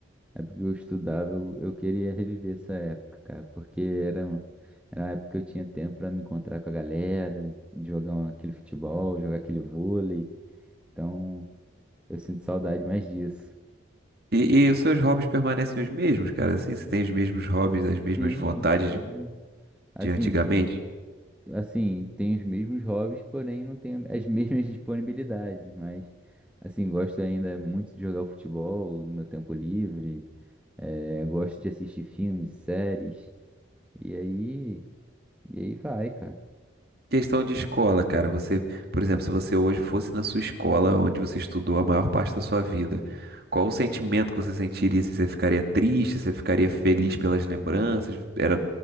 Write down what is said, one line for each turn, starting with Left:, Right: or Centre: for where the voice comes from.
Centre: a época que eu estudava, eu, eu queria reviver essa época, cara, porque era, um- era uma época que eu tinha tempo pra me encontrar com a galera, de jogar um- aquele futebol, jogar aquele vôlei. Então, Eu sinto saudade mais disso.
Right: E, e os seus hobbies permanecem os mesmos, cara? Assim, você tem os mesmos hobbies, as mesmas
Centre: Sim,
Right: vontades
Centre: sim.
Right: de,
Centre: Assim,
Right: de antigamente?
Centre: assim, tem os mesmos hobbies, porém não tem as mesmas <laughs> disponibilidades, mas assim, gosto ainda muito de jogar futebol no meu tempo livre, eh, gosto de assistir filmes, séries, e aí, e aí vai, cara.
Right: Questão de escola, cara. Você, por exemplo, se você hoje fosse na sua escola onde você estudou a maior parte da sua vida, qual o sentimento que você sentiria? Se você ficaria triste, se você ficaria feliz pelas lembranças? Era